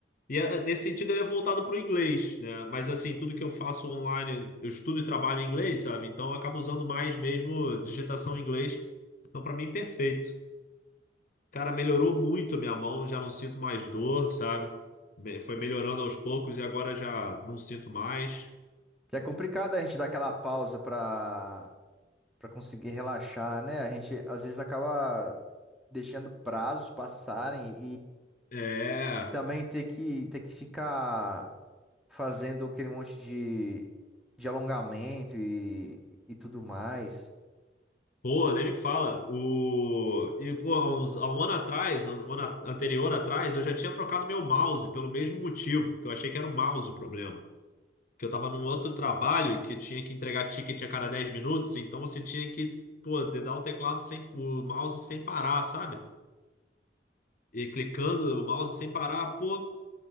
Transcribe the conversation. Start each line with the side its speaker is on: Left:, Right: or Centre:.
Left: E eh, nesse sentido ele é voltado para o inglês, né? Mas assim, tudo que eu faço online, eu estudo e trabalho em inglês, sabe? Então eu acabo usando mais mesmo digitação em inglês. Então, para mim, perfeito. Cara, melhorou muito a minha mão, já não sinto mais dor, sabe? Me- Foi melhorando aos poucos e agora já não sinto mais.
Centre: Que é complicado a gente dar aquela pausa pra, pra conseguir relaxar, né? A gente, às vezes, acaba deixando prazos passarem
Left: É,
Centre: E também ter que, ter que ficar fazendo aquele monte de, de alongamento e, e tudo mais.
Left: pô, nem me fala. O... E, pô, há uns- há um ano atrás, um ano a- anterior atrás, eu já tinha trocado meu mouse pelo mesmo motivo, que eu achei que era o mouse o problema. Que eu tava num outro trabalho que tinha que entregar ticket a cada 10 minutos, então você tinha que, pô, dedar o teclado sem, o mouse sem parar, sabe? E clicando o mouse sem parar, pô,